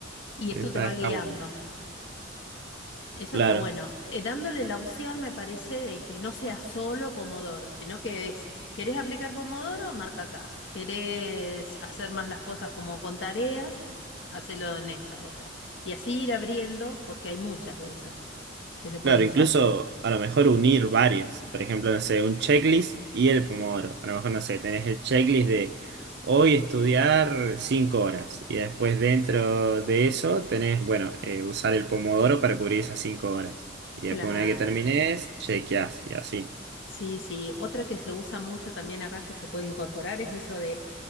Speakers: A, on the left (about 65°); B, on the right (about 60°).
A: Y
B: está,
A: esto te va
B: está
A: guiando.
B: bueno.
A: Eso
B: Claro,
A: está bueno. Eh, dándole la opción, me parece, de que no sea solo Pomodoro, sino que es, ¿querés aplicar Pomodoro? Marca acá. ¿Querés hacer más las cosas como con tareas? Hacelo en esta otra. Y así ir abriendo, porque hay muchas de esas que se pueden
B: claro,
A: usar.
B: incluso a lo mejor unir varias. Por ejemplo, no sé, un checklist y el pomodoro. A lo mejor, no sé, tenés el checklist de hoy estudiar 5 horas. Y después dentro de eso tenés, bueno, eh, usar el pomodoro para cubrir esas 5 horas. Y
A: Claro.
B: después una vez que termines, chequeás y así.
A: Sí, sí. Otra que se usa mucho también acá que se puede incorporar es eso de,